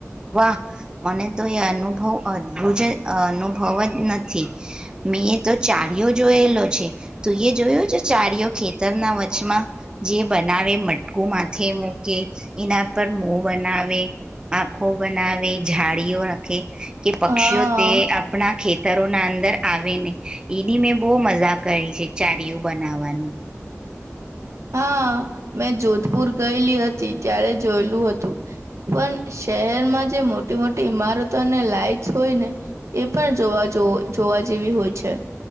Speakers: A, on the right (about 15°); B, on the right (about 75°).
A: વાહ મને તો એ અનુભવ અદભુત અનુભવ જ નથી મેં તો ચારિયો જોયેલો છે. તું એ જોયો છે? ચારયો ખેતરના વચમાં જે બનાવે મટકું માથે મૂકે એના પર મો બનાવે આખ હુ બનાવી ઝાડીઓ રખે. કે પક્ષીઓ
B: હા
A: તે આપણા ખેત તરો ના અંદર આવે ને એની મેં બહુ મજા કરી છે ચારિયું બનાવાની.
B: હા મેં જોધપુર ગયેલી હતી ત્યારે જોયેલું હતું પણ શહેરમાં જે મોટી મોટી ઈમારતો અને લાઈટસ હોય ને એ પણ જોવા જોવા જેવી હોય છે.